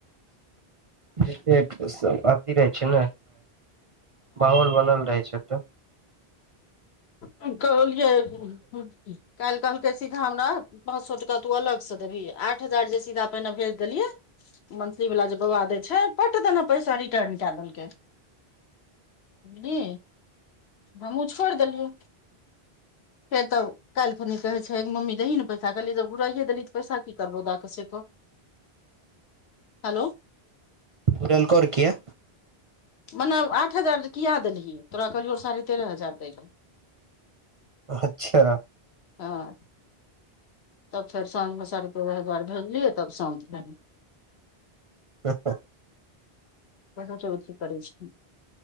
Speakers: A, on the right; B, on the left.
A: देखिये अथी रहै छै ने माहौल बनल रहै छै तऽ
B: हँ कहलियै काल्हि कहलकै सीधा हमरा पाँच सए टाका तू अलग से देबही आठ हजार जे सीधा पहिने भेज देलियै मंथली वाला जे बौआ दै छै पट दना पैसा रिटर्न कए देलकै हू हमहूँ छोड़ि देलियै है तब काल्हिखनी कहै छै मम्मीही ने पैसा कहली जब घुराइए देली तऽ पैसा क करबौ दऽ कऽ सेतो हलो
A: घूरेलकर किए
B: मने आठ हजार किया देलही तोरा कहलियौ साढ़े तेरह हजार दैय लए
A: अच्छा
B: हँ तब फेर साँझमे सड़ प दुआर भेजलियै तब शान्त भैलय
A: हू हू
B: बा ज अथी करै छै